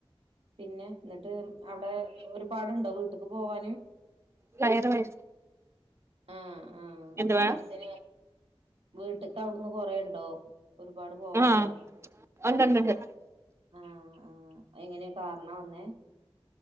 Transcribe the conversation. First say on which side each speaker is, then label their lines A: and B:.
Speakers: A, on the right; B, on the right.
A: പിന്നെ ന്നട്ട് അവിടെ ഒരു പാടുണ്ടോ വീട്ടക്ക് പോവാന്
B: <unintelligible> വയസ്
A: ആഹ് ആഹ്
B: എന്തുവ
A: ബസ്സിന് വീട്ട്ക്ക് അവിടുന്ന് കൊറേ ണ്ടോ ഒരുപാട് പോവാണ്ടോ
B: ആഹ് ഉണ്ടുണ്ടുണ്ട്
A: ആഹ് ആഹ് ആഹ് എങ്ങനെയാ കാറിനാ വന്നേ